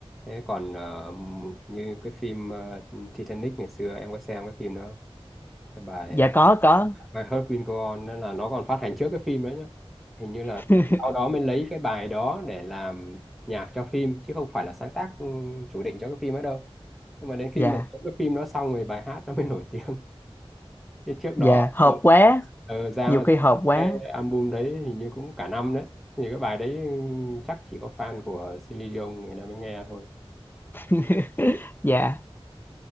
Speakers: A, in the centre; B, on the left.
A: thế còn ờ, m- như cái phim ờ, Titanic ngày xưa em có xem cái phim đó không? cái bài
B: dạ
A: ờ,
B: có có
A: My Heart Will Go On nên là nó còn phát hành trước cái phim đấy nhá hình như là
B: <laughs>
A: sau đó mới lấy cái bài đó để làm nhạc cho phim chứ không phải là sáng tác ừ, chủ định cho cái phim ấy đâu nhưng mà đến
B: dạ
A: khi mà những cái phim đó xong rồi bài hát nó mới nổi tiếng <laughs> chứ trước đó
B: dạ hợp quá
A: ờ, ra
B: nhiều khi
A: ra
B: hợp
A: mắt
B: quá
A: cái album đấy hình như cũng cả năm đấy thì cái bài đấy ừ, chắc chỉ có fan của Celine Dion người ta mới nghe thôi
B: <laughs> dạ